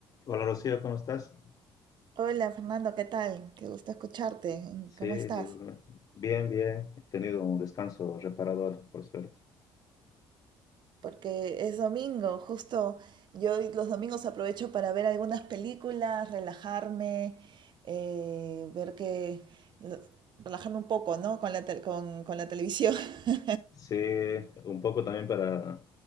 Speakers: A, on the left (about 45°); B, on the right (about 55°).
A: Hola Rocío, ¿cómo estás?
B: Hola Fernando, ¿qué tal? Qué gusto escucharte. Mm,
A: Sí,
B: ¿Cómo
A: igualmente.
B: estás?
A: bien, bien. He tenido un descanso reparador, por suerte.
B: Porque es domingo, justo yo los domingos aprovecho para ver algunas películas, relajarme, eh, ver que lo- relajarme un poco, ¿no? Con la, tel- con, con la televisión. <laughs>
A: Sí, un poco también para,